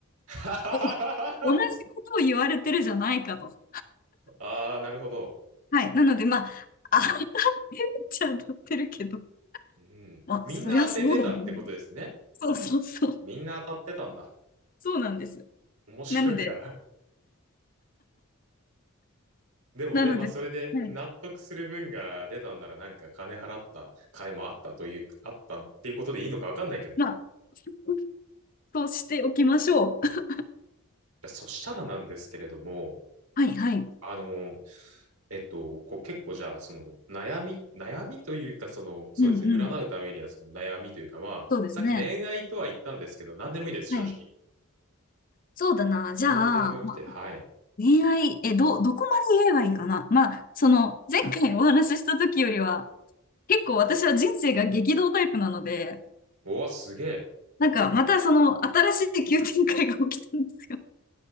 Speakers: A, on the right; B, on the left.
A: <laughs>
B: お、同じことを言われてるじゃないかと。
A: ああ、なるほど。
B: はい。なのでまあ、当たってるっちゃ当たってるけど、
A: うん。
B: まあそりゃそうだよね。
A: みんな当ててたってことですね。
B: そうそうそう。
A: みんな当たってたんだ。
B: そうなんです。
A: 面白いな。
B: なので、
A: <laughs> でもね、
B: なので、
A: まあそれで納得する分が出たんならなんか金払った回もあったという、
B: はい
A: あったっていうことでいいのかわかんないけど。い
B: まあ、<laughs> としておきましょう。<laughs>
A: やそしたらなんですけれども、
B: はいはい。
A: あの、えっと、こう結構じゃあ、その悩み、悩みというか、その、そうですね、
B: うんうん。
A: 占うためにはその悩みというか、まあ、
B: そうですね。
A: さっき恋愛とは言ったんですけど、何でもいいです、正直。
B: はい。そうだな。
A: 何でもよくて、
B: じゃあ、まあ、
A: はい。
B: 恋愛、え、ど、どこまで言えばいいかな。まあ、その、前回お話しした時よりは、結構私は人生が激動タイプなので、
A: おわ、すげえ。
B: なんかまたその新しい急展開が起きたんですよ。